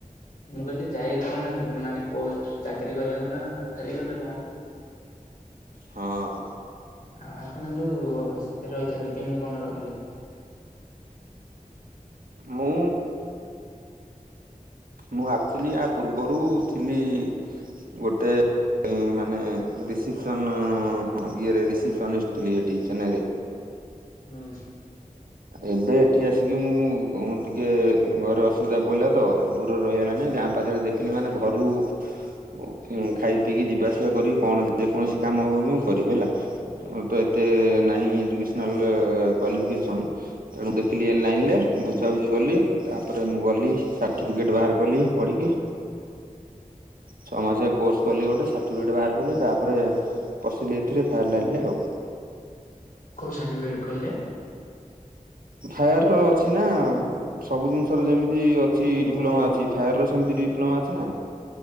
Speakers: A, on the left (about 75°); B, on the right (about 85°).
A: ମୁଁ କହିଲି ଯାଇ କଣଟା ହବ ମାନେ ପୋଷ୍ଟ ଚାକିରୀ କରିବାକୁ ନା ଆ ଖାଲି ରହିଲେ କଣ ହବ?
B: ହଁ।
A: ଆ ଆପଣ ଯୋଉ ସେଥିରେ ରହିଛନ୍ତି କେମିତି କଣ ରହିଲେ?
B: ମୁଁ ମୁଁ ଆକ୍ଚୁଲି ୟା ପୂର୍ବରୁ ଥିଲି ଗୋଟେ ମାନେ ରିସିପସନ ଇଏ ରେ ରିସିପସନିଷ୍ଟ ଥିଲି ସେଠି ଚେନ୍ନାଇ ରେ।
A: ହୁଁ।
B: ଏବେ ଏଠି ଆସିକି ମୁଁ ଟିକେ ଘରେ ଅସୁବିଧା ପଡିଲା ତ। ଦୂରରେ ରହି ହେଲାନାହିଁ ଗାଁ ପାଖରେ ଦେଖିଲି ମାନେ ଘରୁ ଉ ହୁଁ ଖାଇ ପିଇକି ଯିବାସିବା କରିକି କଣ ଯେକୌଣସି କାମ ହବ ବି ମୁଁ କରିବି ହେଲା। ମୁଁ ତ ଏତେ ନାହିଁ ଏଜୁକେଶନାଲ ଏ କ୍ୱାଲିଫିକେସନ୍ ତେଣୁ ଦେଖିଲି ଏ ଲାଇନ୍ ରେ। ବୁଝାବୁଝି କଲି ତାପରେ ମୁଁ ଗଲି ସାର୍ଟିଫିକେଟ ବାହାର କଲି ପଢିକି। ଛଅ ମାସିଆ କୋର୍ସ କଲି ଗୋଟେ ସାର୍ଟିଫିକେଟ ବାହାର କଲି ତାପରେ ପସିଲି ଏଥିରେ ଫାୟାର ଲାଇନରେ ଆଉ।
A: କୋଉ ସର୍ଟିଫିକେଟ କହିଲେ?
B: ଫାୟାର ର ଅଛି ନା ସବୁ ଜିନିଷ ର ଯେମିତି ଅ ଛି ଡିପ୍ଲୋମା
A: ଓହୋ
B: ଅଛି ଫାୟାରର ସେମିତି ଡିପ୍ଲୋମା ଅଛି ନା।